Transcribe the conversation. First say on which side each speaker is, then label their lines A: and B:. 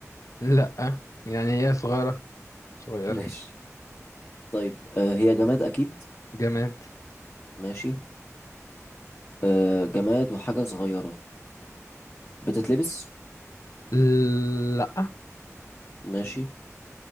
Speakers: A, on the left; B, on the left.
A: لأ يعني هي صغيرة صغير
B: <laughs> ماشي طيب آه، هي جماد اكيد
A: جماد
B: ماشي آه، جماد وحاجه صغيره بتتلبس
A: لأ
B: ماشي